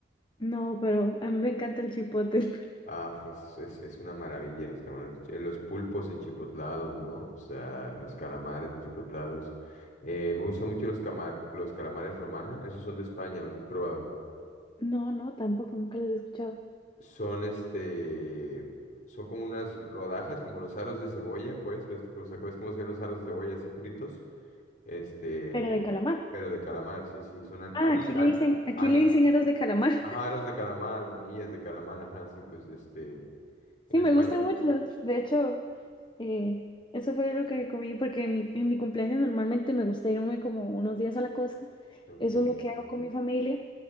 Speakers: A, on the left (about 25°); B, on the left (about 45°).
A: No, pero a mí me encanta el chipotle. <laughs>
B: Ah, pues es, es una maravilla los camarones, enchi- eh, los pulpos enchipotlados, ¿no? O sea, los calamares enchipotlados. Eh, me gustan mucho los, camar- los calamares romana, esos son de España, ¿los has probado?
A: No, no, tampoco, nunca los he escuchado.
B: Son este, son como unas rodajas, como los aros de cebolla, pues, ¿ves, cómo- o sea, ¿ves cómo se ven los aros de cebolla así fritos? Este...
A: Pero de calamar.
B: Pero de calamar, sí, sí, son ani,
A: Ah,
B: ani,
A: aquí le
B: a-
A: dicen, aquí
B: ani-
A: le dicen aros de calamar. <laughs>
B: ajaros de calamar, guanillas de calamar, ajá, sí, pues este,
A: Sí,
B: en España,
A: me gustan mucho. De hecho. Eh, eso fue lo que comí porque en mi, en mi cumpleaños normalmente me gusta irme como unos días a la costa.
B: ok,
A: Eso es lo que hago con mi familia